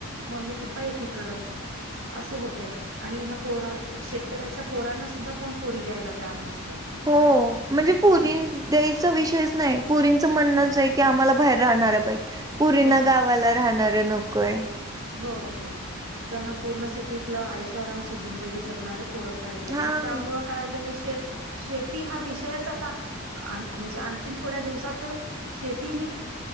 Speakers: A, on the right; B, on the right.
A: मम्मी पप्पा एकीकडं असं होतंय आणि ह्या पोरा शेतकऱ्याच्या पोरांना सुद्धा कोण पोरी द्यायला तयार नसतं.
B: हो. म्हणजे पुरी
A: मग
B: द्यायचा विषयच नाही पुरींचं म्हणणंच आहे की आम्हाला बाहेर राहणार पाहि पुरींना
A: हो
B: गावाला राहणार आहे नकोय.
A: हो हो. त्यांना पूर्ण सिटीतलं आयश आरामची जिंदगी जगणारे पोरं पाहिजेत
B: हां.
A: मग त्यामुळं काय झाले शेत शेती हा विषयच आता आ म्हणजे आणखीन थोड्या दिवसात शेती ही